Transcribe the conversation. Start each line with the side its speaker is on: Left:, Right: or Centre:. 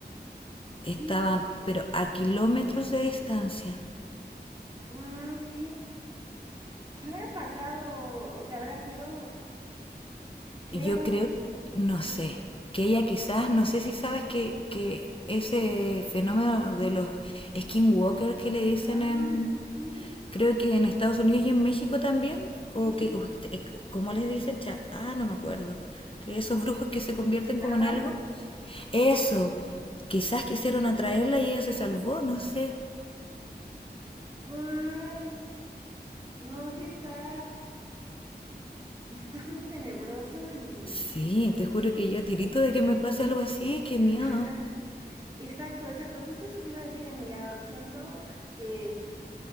Right: ¡Qué
Left: Estaban,
Right: miedo!
Left: pero a kilómetros de distancia.
Right: ¡Guau! ¿Qué, qué habrá pasado? O sea, habrá sido que
Left: Yo
Right: un.
Left: creo, no
Right: Ajá.
Left: sé, que ella quizás, no sé si sabes que, que ese fenómeno de los skinwalkers que le dicen
Right: Ah,
Left: en,
Right: sí.
Left: creo que en Estados Unidos
Right: Sí,
Left: y en México también,
Right: sí.
Left: o que,
Right: sí.
Left: usted- eh, ¿cómo les dicen? Cha- ah, no me acuerdo. Que esos brujos que se convierten
Right: ¿Nahuales?
Left: como en algo. Eso, quizás quisieron atraerla y ella se salvó, no sé.
Right: ¡Guau! No, sí está. Está muy tenebroso y.
Left: Sí, te juro que yo tirito de que me pase algo así, qué miedo.
Right: Ajá. Exacto, exacto. Justo eso te iba a decir, amiga. Siento que,